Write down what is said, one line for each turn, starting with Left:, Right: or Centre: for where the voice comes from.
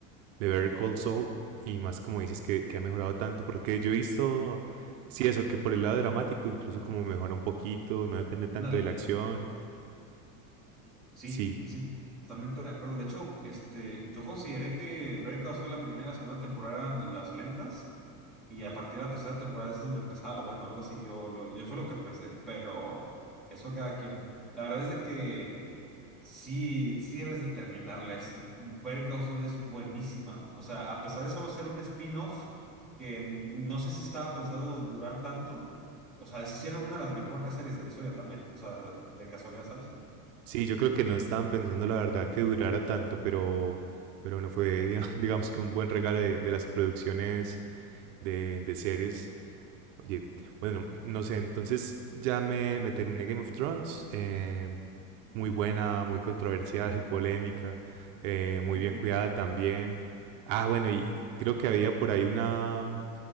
Right: de Better Call Saul y más como dices que, que ha mejorado tanto, porque yo he visto, sí, eso, que por el lado dramático incluso como mejora un poquito, no depende tanto
Centre: ándale,
Right: de la acción.
Centre: sí,
Right: Sí,
Centre: sí, totalmente de acuerdo. De hecho, este, yo consideré que Better Call Saul la primera y la segunda temporada eran las lentas y a partir de la tercera temporada es donde empezaba lo bueno, algo así yo, yo, yo fue lo que pensé, pero eso a cada quien. La verdad es de que... Sí, sí debes de terminarla. Es, Better Call es buenísima. O sea, a pesar de solo ser un spin-off, que no sé si estaba pensado durar tanto, o sea, se hicieron una de las mejores series de la historia también. O sea, de casualidad, ¿sabes?
Right: sí, yo creo que no estaban pensando la verdad que durara tanto, pero, pero bueno, fue diga- <laughs> digamos que un buen regalo de, de las producciones de, de series Oye, bueno, no sé, entonces ya me, me terminé Game of Thrones, eh, muy buena, muy controversial, <laughs> polémica, eh, muy
Centre: Ujú.
Right: bien cuidada también. Ah, bueno, y creo que había por ahí una,